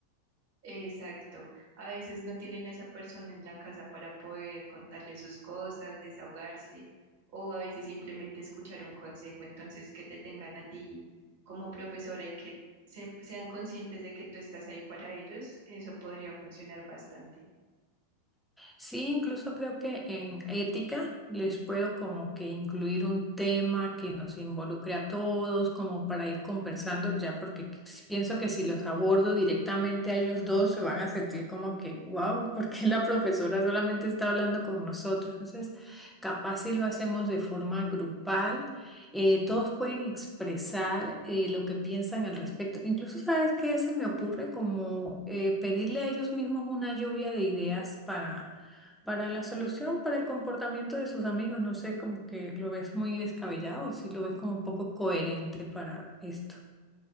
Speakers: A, on the right; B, in the centre.
A: Exacto. A veces no tienen a esa persona en la casa para poder contarle sus cosas, desahogarse, o a veces simplemente escuchar un consejo. Entonces, que te tengan a ti como profesora y que se- sean conscientes de que tú estás ahí para ellos, eso podría funcionar bastante.
B: Sí, incluso creo que en ética les puedo como que incluir un tema que nos involucre a todos, como para ir conversando, ya porque s- pienso que si los abordo directamente a ellos dos se van a sentir como que, wow, ¿por qué la profesora solamente está hablando con nosotros? Entonces, capaz si lo hacemos de forma grupal, eh, todos pueden expresar eh, lo que piensan al respecto. Incluso, ¿sabes qué? Se me ocurre como eh, pedirle a ellos mismos una lluvia de ideas para para la solución, para el comportamiento de sus amigos, no sé, como que lo ves muy descabellado, si lo ves como un poco coherente para esto.